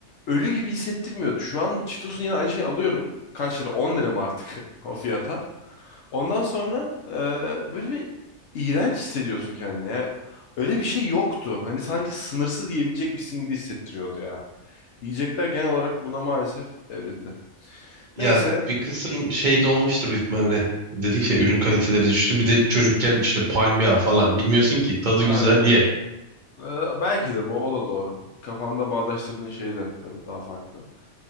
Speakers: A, on the left (about 65°); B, on the right (about 40°).
A: ölü gibi hissettirmiyordu. Şu an Cheetos'un yine aynı şeyi alıyorum. Kaç lira? 10 lira mı artık <laughs> o fiyata? Ondan sonra e, böyle bir iğrenç hissediyorsun kendini ya. Öyle bir şey yoktu. Hani sanki sınırsız yiyebilecekmişsin gibi hissettiriyordu ya. Yiyecekler genel olarak buna maalesef evrildi.
B: Ya
A: Neyse.
B: bir kısım şey de olmuştur büyük ihtimalle. Dedik ya ürün kaliteleri düştü. Bir de çocukken işte palmiye falan bilmiyorsun ki tadı
A: Aynen.
B: güzel ye.
A: Ee, belki de bu o da doğru. Kafanda bağdaştırdığın şey de tabii daha farklı.